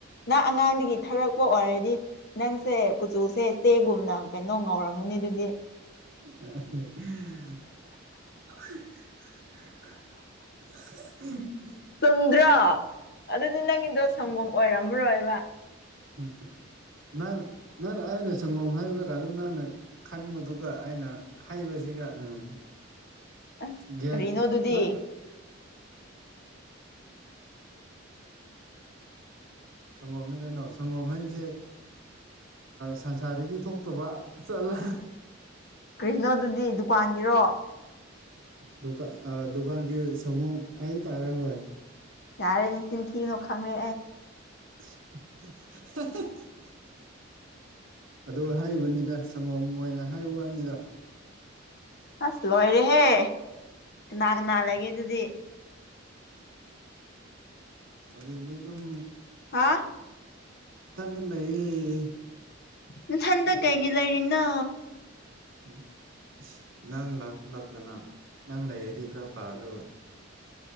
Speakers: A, on the left; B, on the right.
A: ꯅ ꯑꯉꯥꯡꯗꯒꯤ ꯊꯥꯔꯛꯄ ꯑꯣꯏꯔꯗꯤ ꯅꯪꯁꯦ ꯀꯨꯆꯨꯁꯦ ꯆꯦ ꯒꯨꯝꯅ ꯀꯩꯅꯣ ꯉꯧꯔꯝꯒꯅꯤ ꯑꯗꯨꯗꯤ
B: <inaudible> <inaudible>
A: ꯆꯨꯝꯗ꯭ꯔꯣ ꯑꯗꯨꯗꯤ ꯅꯪꯒꯤꯗꯣ ꯁꯪꯒꯣꯝ ꯑꯣꯏꯔꯝꯃꯔꯣꯏꯕ
B: ꯎꯝ ꯅꯪ ꯅꯪꯅ ꯑꯩꯅ ꯁꯪꯒꯣꯝ ꯍꯥꯏꯕ ꯀꯥꯟꯗ ꯅꯪꯅ ꯈꯟꯕꯗꯨꯒ ꯑꯩꯅ ꯍꯥꯏꯕꯁꯤ ꯒ ꯎꯝ
A: ꯑꯁ
B: ꯒ꯭ꯌꯥꯟ
A: ꯀꯔꯤꯅꯣꯗꯨꯗꯤ
B: ꯅꯪꯅ <inaudible> ꯁꯪꯒꯣꯝꯅꯦ ꯀꯩꯅꯣ ꯁꯪꯒꯣꯝ ꯍꯥꯏꯖꯦ ꯁꯟꯁꯥꯗꯒꯤ ꯊꯣꯛꯇꯕ ꯆꯠꯂꯦ
A: ꯀ꯭ꯔꯤꯅꯣꯗꯨꯗꯤ ꯗꯨꯀꯥꯟꯒꯤꯔꯣ
B: ꯗꯨꯀꯥꯟ ꯑ ꯗꯨꯀꯥꯟꯒꯤ ꯁꯪꯒꯣꯝ ꯑꯕ ꯇꯥꯔꯦ ꯍꯣꯏ
A: ꯌꯥꯔꯦ ꯅꯆꯤꯟ ꯊꯤꯒꯅꯣ ꯈꯪꯔꯦ
B: <unintelligible> ꯑꯗꯨ ꯍꯥꯏꯕꯅꯤꯗ ꯁꯪꯒꯣꯝ ꯑꯣꯏꯅ ꯍꯥꯏꯕ ꯋꯥꯅꯤꯗ
A: ꯑꯁ ꯂꯣꯏꯔꯦꯍꯦ ꯀꯅꯥ ꯀꯅꯥ ꯂꯩꯒꯦ ꯑꯗꯨꯗꯤ
B: ꯍꯧꯖꯤꯛꯗꯤ ꯑꯗꯨꯝ
A: ꯍꯥ
B: ꯇꯟꯅ ꯂꯩꯑꯦ
A: ꯅꯊꯟꯗ ꯀꯩꯒꯤ ꯂꯩꯔꯤꯅꯣ
B: ꯎꯝ ꯏꯁ ꯅꯪ ꯂꯥꯛꯇꯅ ꯅꯪ ꯂꯩꯔꯗꯤ ꯈꯔ ꯄꯥꯗꯕ